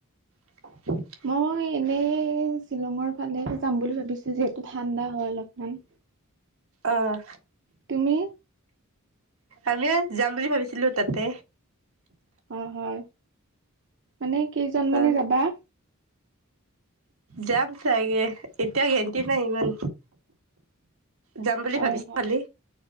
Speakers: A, on the right; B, on the right.
A: <inaudible>
B: মই এনেই শ্বিলঙৰ ফালে যাম বুলি ভাবিছো। যিহেতু ঠাণ্ডা হয় অলপমান।
A: অহ।
B: তুমি
A: আমিও যাম বুলি ভাবিছিলো তাতে।
B: অ, হয়। মানে কেইজন মানে
A: অ
B: যাবা?
A: যাম চাগে এতিয়া গেণ্টি নাই ইমান। যাম বুলি
B: হয়
A: ভাবিছো
B: হয়
A: কালি,